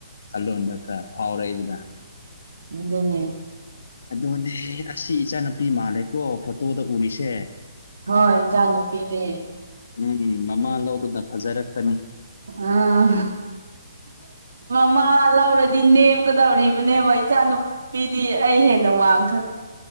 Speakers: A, on the left; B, on the right.
A: ꯀꯜꯂꯨꯗꯀ ꯐꯥꯎꯔꯩꯗ
B: ꯑꯗꯨꯅꯦ
A: ꯑꯗꯨꯅꯦ ꯑꯁꯤ ꯏꯆꯥꯅꯨꯄꯤ ꯃꯥꯜꯂꯦꯀꯣ ꯐꯣꯇꯣꯗ ꯎꯔꯤꯁꯦ
B: ꯍꯣꯏ ꯏꯆꯥ ꯅꯨꯄꯤꯅꯦ
A: ꯎꯝ ꯎꯝ ꯃꯃꯥ ꯂꯧꯗꯨꯅ ꯐꯖꯔꯛꯀꯅꯤ
B: ꯑꯥ ꯃꯃꯥ ꯂꯧꯔꯗꯤ ꯅꯦꯝꯒꯗꯧꯔꯤꯕꯅꯦꯕ ꯏꯆꯥꯅꯨꯄꯤꯗꯤ ꯑꯩ ꯍꯦꯟꯅ ꯋꯥꯡꯒꯦ